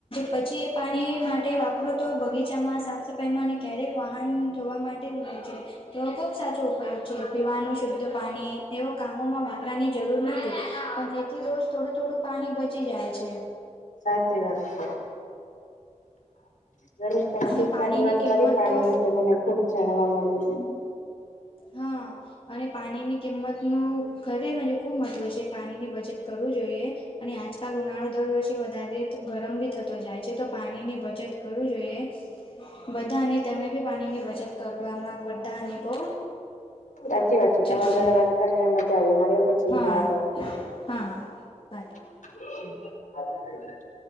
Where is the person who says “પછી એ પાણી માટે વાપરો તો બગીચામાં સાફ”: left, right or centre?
Left